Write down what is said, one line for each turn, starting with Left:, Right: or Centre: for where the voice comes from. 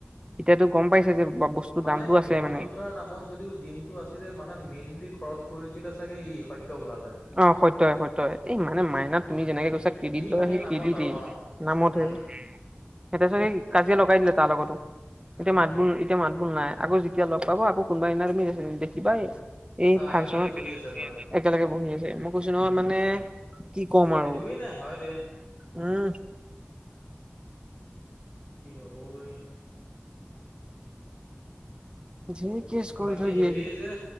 Right: তেতিয়াতো গম পাইছে যে বস্তুৰ
Left: মানে
Right: দামটো আছে
Left: ইহঁত
Right: মানে
Left: দুটাৰ নামত যদিও জিনটো আছিলে, মানে মেইনলি খৰচ কৰিছিলে চাগে ই সত্য বোলাটোৱে।
Right: অ সত্য, সত্য, এই মানে মাইনা
Left: অ',
Right: তুমি যেনেকে কৈছা ক্ৰেডিট
Left: ই
Right: লয়,
Left: খালি
Right: সি
Left: নামত
Right: ক্ৰেডিটেই
Left: আৰু অ',
Right: নামতহে।
Left: উম,
Right: সিহঁতে চাগে, কাজিয়া লগাই দিলে, তাৰ লগতো। এতিয়া
Left: উম।
Right: মাত বোল, এতিয়া মাত বোল নাই, আকৌ যেতিয়া লগ পাব আকৌ কোনবাই ইনাৰমি তুমি দেখিবাই এই
Left: অ
Right: ফাংচনত
Left: একেলগে বহি আছে ধৰ
Right: একেলগে বহি আছে। মই কৈছো নহয়,
Left: উম
Right: মানে কি কম আৰু
Left: একোৱেই নাই হয় দে
Right: উম।
Left: কি হ'বই?
Right: ধেৰ কেচ কৰি
Left: বাকী
Right: থৈ দিয়েহি
Left: হেৰি যে,